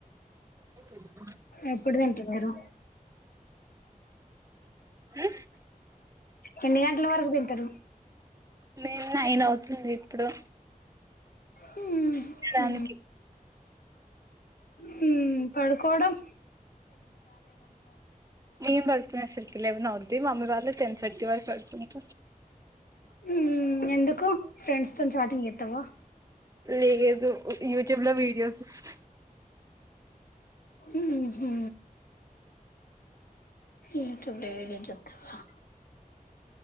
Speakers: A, on the right; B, on the left.
A: ఉహు
B: ఎప్పుడు తింట్రి మీరు
A: ఉ
B: ఎన్ని గంటల వరకు తింటారు
A: మేమ్ నైన్ అవుతుంది ఇప్పుడు
B: హ్యూమ్
A: దానికి
B: హు హు పడు కోడం
A: నేన్ పడుకునేసరికి లెవెన్ అవుద్ ద్ది మమ్మీ వాళ్ళు టెన్ థర్టీ వరక్ పడుకుంట
B: హ్మ్ ఎందుకు ఫ్రెండ్స్ తోని చాటింగ్ చేతావా
A: లేదు యూట్యూబ్ లో వీడియోస్ చూస్తా
B: ఊహు యూట్యూబ్ లో ఏ వీడియో చూతవా